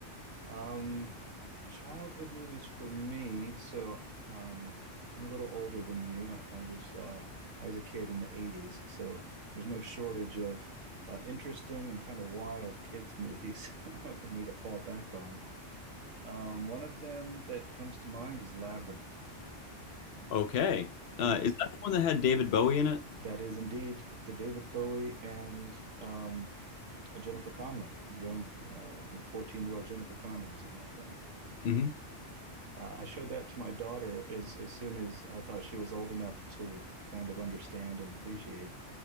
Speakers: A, on the right (about 90°); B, on the left (about 65°).
A: Um, childhood movies for me. So, um, I'm a little older than you. I, I was uh, I was a kid in the 80s, so there's no shortage of uh, interesting and kind of wild kids movies <laughs> for me to fall back on. Um, one of them that comes to mind is Labyrinth,
B: Okay.
A: and
B: Uh,
A: if
B: is
A: you,
B: that the one that had David Bowie in it?
A: that is indeed the David Bowie and um, a Jennifer Connelly, a young, uh, I think, 14 year old Jennifer Connelly was in that film.
B: hmm
A: Uh, I showed that to my daughter as as soon as I thought she was old enough to kind of understand and appreciate,